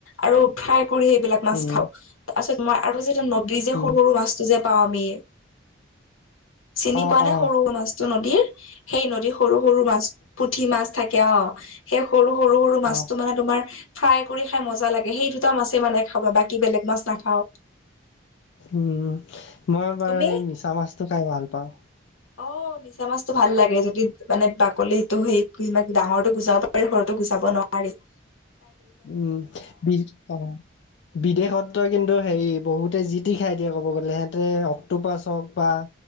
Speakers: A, on the left; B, on the left.
A: আৰু ফ্ৰাই কৰি এইবিলাক মাছ
B: উম
A: খাও তাৰপাছত মই আৰু যে নদী যে
B: উম
A: সৰু সৰু মাছটো যে পাওঁ আমি চিনি
B: অ
A: পোৱা নে
B: অ
A: সৰু সৰু মাছ নদীৰ সেই নদীৰ সৰু সৰু মাছ পুঠি মাছ থাকে অ' সেই সৰু সৰু সৰু মাছটো
B: অ
A: মানে তোমাৰ ফ্ৰাই কৰি খাই মজা লাগে সেই দুটা মাছ মানে খাব বাকী বেলেগ মাছ নাখাওঁ।
B: উমঁ! মই বাৰু
A: তুমি
B: সেই মিছা মাছটো খাই ভাল পাওঁ।
A: অঁ! নিশ্চ মিছা মাছটো ভাল লাগে যদি মানে বাকলিটো সেই ই ডাঙৰতো গুচাব পাৰি সৰতো গুচাব নোৱৰি। <inaudible>
B: উমঁ! বি অঁ! বিদেশতই কিন্তু হেৰি বহুতে জিতি খাই দিয়ে ক'ব গ'লে সেয়া ত তে অক্টো পাছ হওক বা